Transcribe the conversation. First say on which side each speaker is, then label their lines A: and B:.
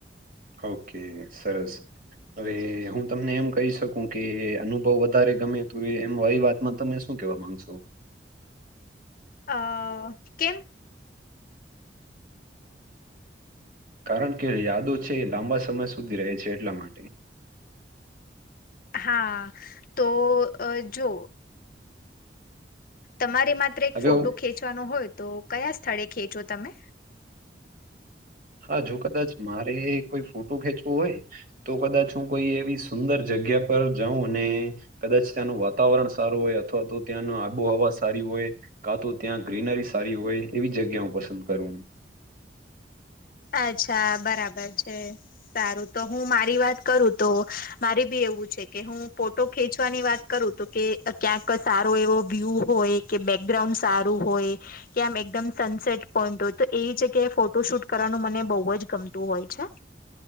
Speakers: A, on the right; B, on the left.
A: ઓકે સરસ હવે હું તમને એમ કહી શ કુ કે અનુભવ વધારે ગમે તું એ એમ વાયી વાતમાં તમે શું કેવા માંગશો
B: અ કેમ
A: કારણ કે યાદો છે, લાંબા સમય સુધી રહે છે, એટલા માટે
B: હા તો અ જો તમારે માત્ર એક
A: હવે
B: ફોટો
A: હું-
B: ખેંચવાનો હોય તો કયા સ્થળે ખેંચો તમે
A: હા જો કદાચ મારે કોઈ ફોટો ખેંચવો હોય તો કદાચ હું કોઈ એવી સુંદર જગ્યા પર જાઉં ને કદાચ ત્યાંનું વાતાવરણ સારું હોય અથવા તો ત્યાંન આબોહવા સારી હોય કા તો ત્યાં ગ્રીનરી સારી હોય એવી જગ્યા હું પસંદ કરું
B: અચ્છા બરાબર છે. સારું તો હું મારી વાત કરું તો મારી બી એવું છે, કે હું પો તો ખેંચવાની વાત કરું તો કે ક્યાંક સારો એવો વ્યુ હોય કે બેકગ્રાઉન્ડ સારું હોય કે આમ એકદમ સનસેટ પોઈન્ટ હોય તો એવી જગ્યાએ ફોટો શૂટ કરવાનું મને બોવ જ ગમતું હોય છે.